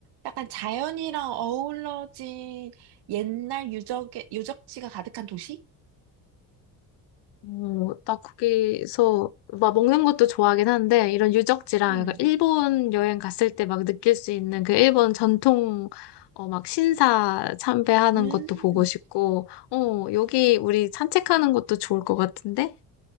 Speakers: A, on the right; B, on the left.
A: 약간 자연이랑 어우러진 옛날 유적의, 유적지가 가득한 도시?
B: 오, 나 거기서 막 먹는 것도 좋아하긴 한데, 이런 유적지랑
A: 음.
B: 약간 일본 여행 갔을 때 막 느낄 수 있는 그 일본 전통, 어, 막 신사 참배하는
A: 음.
B: 것도 보고 싶고, 어, 여기 우리 산책하는 것도 좋을 것 같은데?